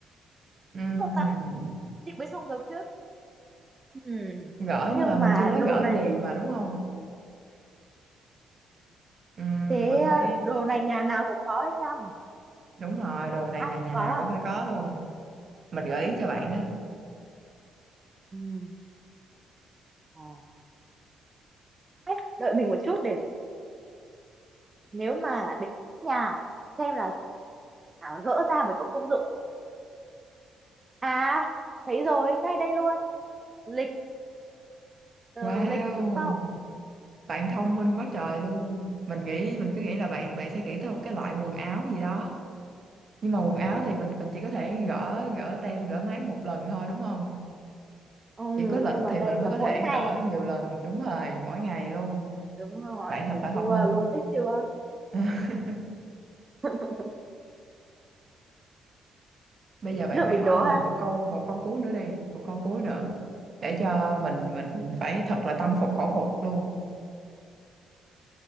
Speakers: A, on the right; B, on the right.
A: Ừm.
B: không ta chị mới dùng được trước Ừm,
A: gỡ
B: nhưng
A: nhưng mà mình
B: mà
A: chưa nói
B: đồ
A: gỡ
B: này
A: gì mà đúng không Ừm,
B: thế
A: mình
B: à,
A: phải
B: đồ này nhà nào cũng có hay sao nhỉ?
A: Đúng rồi, đồ này
B: ai
A: là
B: cũng
A: nhà
B: có
A: nào
B: à
A: cũng phải có luôn. Mình gợi ý cho bạn đó.
B: Ừm, à, thế, đợi mình một chút để nếu mà đến nhà xem là thảo gỡ ra mới có công dụng À, thấy rồi, ngay đây luôn. Lịch, ờ,
A: Wow,
B: lịch đúng không?
A: bạn thông
B: Ừ.
A: minh quá trời luôn. Mình nghĩ mình cứ nghĩ là bạn bạn sẽ nghĩ tới một cái loại quần áo gì đó. Nhưng mà quần áo thì mình mình chỉ có thể gỡ gỡ tem, gỡ mác một lần thôi đúng không?
B: Ừ,
A: Chỉ có lịch
B: nhưng mà
A: thì
B: đây
A: mình
B: là
A: mới có thể
B: mỗi ngày.
A: gỡ nhiều lần, đúng rồi, mỗi ngày luôn.
B: Đúng rồi,
A: Bạn thật
B: thấy
A: là
B: chưa,
A: thông minh.
B: logic chưa?
A: <laughs>
B: Thế <laughs>
A: Bây giờ bạn
B: Là
A: phải
B: mình
A: hỏi
B: đố
A: là
B: ha.
A: mình một câu một câu cuối nữa đi, một câu cuối nữa để cho mình mình phải thật là tâm phục khẩu phục luôn.